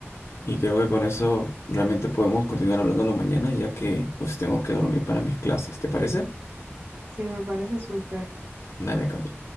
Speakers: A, on the left (about 65°); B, on the right (about 45°).
A: y creo que con eso realmente podemos continuar hablándolo mañana ya que pues tengo que dormir para mis clases, ¿te parece?
B: Sí, me parece súper.
A: Dale, Camila.